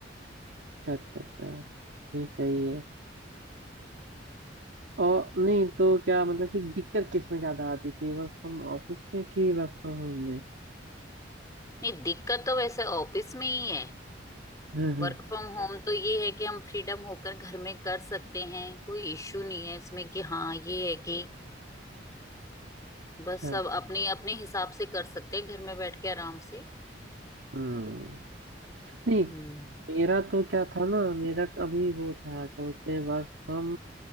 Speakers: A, on the right; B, on the left.
A: अच्छा अच्छा अच्छा नहीं सही है और नहीं तो क्या मतलब कि दिक्कत किस में ज़्यादा आती थी वर्क फ्रॉम ऑफिस में कि वर्क फ्रॉम होम
B: नहीं दिक्कत तो वैसे ऑफिस में ही है
A: में
B: वर्क
A: <laughs>
B: फ्रॉम होम तो ये है कि हम फ्रीडम होकर घर में कर सकते हैं कोई इश्यू नहीं है इसमें कि हाँ ये है कि बस
A: अच्छा
B: सब अपने अपने हिसाब से कर सकते हैं घर में बैठ के आराम से
A: हम्म नहीं
B: हम्म
A: मेरा तो क्या था ना मेरा अभी वो था क्या बोलते हैं वर्क फ्रॉम